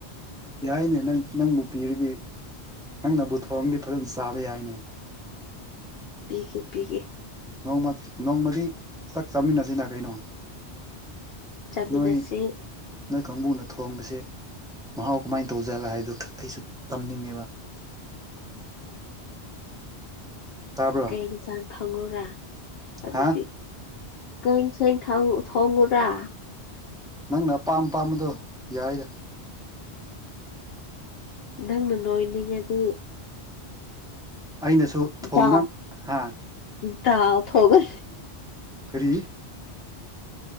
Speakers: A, in the centre; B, on the left (about 65°).
A: ꯌꯥꯏꯅꯦ ꯅꯪ ꯅꯪꯕꯨ ꯄꯤꯔꯗꯤ ꯅꯪꯅꯕꯨ ꯊꯣꯡꯑꯗꯤ ꯐꯖꯅ ꯆꯥꯕ ꯌꯥꯏꯅꯦ
B: ꯄꯤꯒꯦ ꯄꯤꯒꯦ
A: ꯅꯣꯡꯃ ꯅꯣꯡꯃꯗꯤ ꯆꯥꯛ ꯆꯥꯃꯤꯟꯅꯁꯤꯅꯥ ꯀꯩꯅꯣ꯫
B: ꯆꯥꯃꯤꯟꯅꯁ‌ꯦ
A: ꯅꯣꯏ ꯅꯣꯏ ꯀꯥꯡꯕꯨꯅ ꯊꯣꯡꯕꯁꯦ ꯃꯍꯥꯎ ꯀꯃꯥꯏꯟ ꯇꯧꯖꯜꯂ ꯍꯥꯏꯗꯨ ꯑꯩꯁꯨ ꯇꯝꯅꯤꯡꯉꯦꯕ ꯇꯥꯕ꯭ꯔꯣ
B: ꯀꯩ ꯏꯟꯁꯥꯡ ꯊꯣꯡ ꯑꯣꯔꯥ ꯑꯗꯨꯗꯤ
A: ꯍꯥ
B: ꯀꯥꯡꯁ‌ꯣꯏ ꯊꯥꯎ ꯊꯣꯡꯎꯔꯥ
A: ꯅꯪꯅ ꯑꯄꯥꯝ ꯄꯥꯝꯕꯗꯣ ꯌꯥꯏꯗ
B: ꯅꯪꯅꯥ ꯅꯣꯏꯅꯤꯡ ꯉꯗꯤ
A: ꯑꯩꯅꯁꯨ ꯊꯣꯡꯅ
B: ꯗꯥꯜ
A: ꯍꯥ
B: ꯗꯥꯜ ꯊ‌ꯣꯡꯉ
A: ꯀꯔꯤ